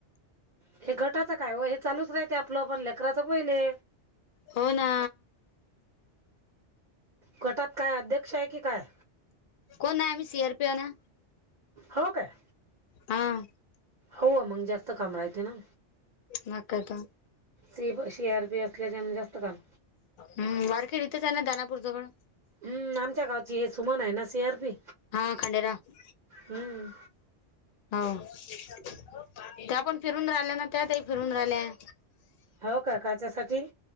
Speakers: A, on the right; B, on the left.
A: हे घटाचं काय व हे चालूच राहते आपलं पण लेकराच पहिले
B: होना
A: गटात काय अध्यक्ष आहे की काय
B: कोण नामही सियार पिव ना
A: हो काय
B: हा
A: हो मग जास्त काम राहते ना
B: मग काय तर
A: सेप शेया रुपये असल्याच्यान जास्त काम
B: हम् वारखेरीथं त्यांना दानापूरचं पण
A: हम्म आमच्या गावची हे सुमन आहे ना सी आरपी
B: हा खंडेराव
A: हम्म
B: हो त्या आपण फिरून राहिल्या ना त्यातही फिरून राहिल्या
A: हो का काच्यासाठी